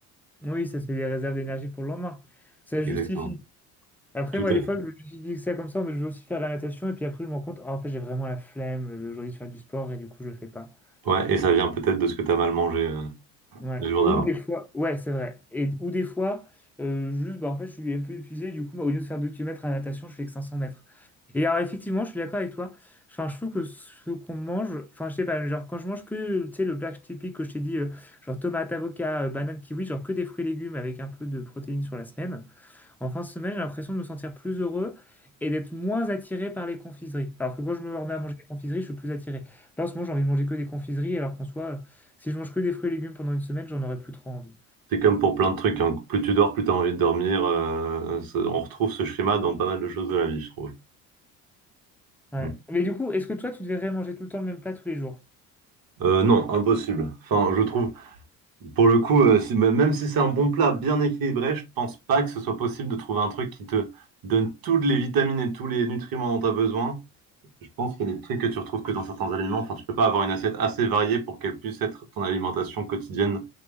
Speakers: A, in the centre; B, on the right.
A: Oui, ça se fait des réserves d'énergie pour le lendemain. Ça se justifie.
B: Exactement.
A: Après,
B: Tout
A: moi,
B: à
A: des fois,
B: fait.
A: je justifie ça comme ça, mais je vais aussi faire la natation et puis après, je me rends compte, Ah, en fait, j'ai vraiment la flemme euh, aujourd'hui de faire du sport et du coup, je le fais pas.
B: Ouais, et ça vient peut-être de ce que t'as mal mangé euh,
A: Ouais.
B: les jours
A: Ou
B: d'avant.
A: des fois, ouais, c'est vrai. Et, ou des fois, euh, juste, bah, en fait, je suis un peu épuisé. Du coup, moi, au lieu de faire 2 kilomètres à la natation, je fais que 500 mètres. Et alors, effectivement, je suis d'accord avec toi. Enfin, je trouve que ce qu'on mange, enfin, je sais pas, genre, quand je mange que, tu sais, le black typique que je t'ai dit, euh, genre tomate, avocat, euh, banane, kiwi, genre que des fruits et légumes avec un peu de protéines sur la semaine. En fin de semaine, j'ai l'impression de me sentir plus heureux et d'être moins attiré par les confiseries. Alors que quand je me remets à manger des confiseries, je suis plus attiré. Là, en ce moment, j'ai envie de manger que des confiseries, alors qu'en soi, euh, si je mange que des fruits et légumes pendant une semaine, j'en aurais plus trop envie.
B: C'est comme pour plein de trucs, hein. Plus tu dors, plus tu as envie de dormir. euh, ça- on retrouve ce schéma dans pas mal de choses de la vie, je trouve.
A: Ouais.
B: Mm.
A: Mais du coup, est-ce que toi, tu devrais manger tout le temps le même plat tous les jours?
B: Euh, non, impossible. Enfin, je trouve, pour le coup, euh, si- même si c'est un bon plat bien équilibré, je pense pas que ce soit possible de trouver un truc qui te donne toutes les vitamines et tous les nutriments dont tu as besoin. Je pense qu'il y a des trucs que tu retrouves que dans certains aliments. Enfin, tu peux pas avoir une assiette assez variée pour qu'elle puisse être ton alimentation quotidienne,